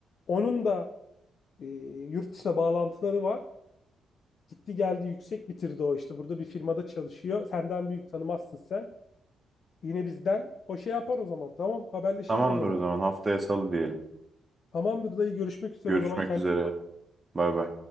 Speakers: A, on the left; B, on the right.
A: Onun da e, yurt dışına bağlantıları var. Gitti geldi yüksek bitirdi o işte. Burada bir firmada çalışıyor. Senden büyük tanımazsın sen. Yine bizden. O şey yapar o zaman. Tamam haberleşiriz
B: Tamamdır
A: o zaman.
B: o zaman haftaya salı diyelim.
A: Tamamdır dayı görüşmek üzere
B: Görüşmek
A: o zaman. Kendine
B: üzere. Bay bay.